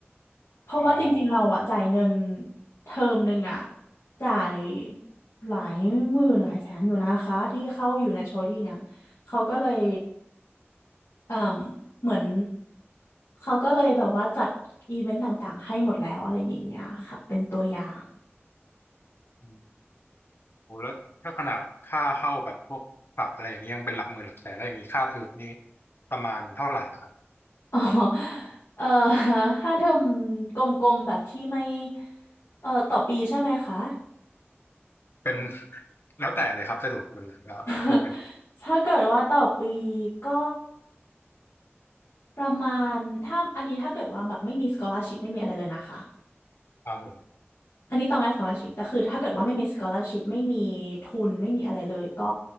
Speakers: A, on the left; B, on the left.
A: เพราะว่าจริงๆเราอะจ่ายเงิน
B: อ๋อ
A: เทอมหนึ่งอะจ่ายหลายหมื่นหลายแสนอยู่นะคะที่เข้าอยู่ในโชดี้เนี่ยเขาก็เลยเอ่มเหมือนเขาก็เลยแบบว่าจัดอีเวนต์ต่างๆให้หมดแล้วอะไรอย่างเงี้ยค่ะเป็นตัวอย่าง
B: อืมโหแล้วถ้าขนาดค่าเข้าแบบพวกผับอะไรอย่างนี้ยังเป็นหลักหมื่นหลักแสนแล้วอย่างนี้ค่าเทอมนี่ประมาณเท่าไหร่เหรอครับ
A: อ๋อเออถ้าเทอมกลมๆแบบที่ไม่เออต่อปีใช่ไหมคะ
B: เป็น <laughs> แล้วแต่เลยครับสะดวกแบบไหนก็พูดได้
A: <laughs> ถ้าเกิดว่าต่อปีก็ ประมาณถ้าอันนี้ถ้าเกิดว่าแบบไม่มี scholarship ไม่มีอะไรเลยนะคะ
B: ครับผม
A: อันนี้ต้องได้ scholarship แต่คือถ้าเกิดว่าไม่มี scholarship ไม่มีทุนไม่มีอะไรเลยก็